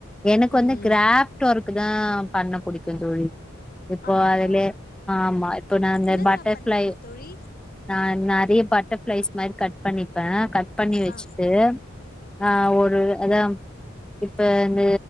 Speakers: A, in the centre; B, on the left (about 45°).
A: எனக்கு
B: ம்
A: வந்து கிராஃப்ட் ஒர்க்குதா பண்ண புடிக்குந் தோழி இப்போ
B: ஆமாவா
A: ஆதுலே ஆம்மா இப்போ நா அந்த
B: என்னென்ன
A: பட்டர்ஃப்ளை
B: பண்ணுவீங்க தோழி
A: நா நறைய பட்டர்ஃபிளைஸ் மாரி கட் பண்ணிப்பே கட் பண்ணி வச்சுட்டு
B: ஆ
A: ஆ ஒரு அதா இப்ப இந்த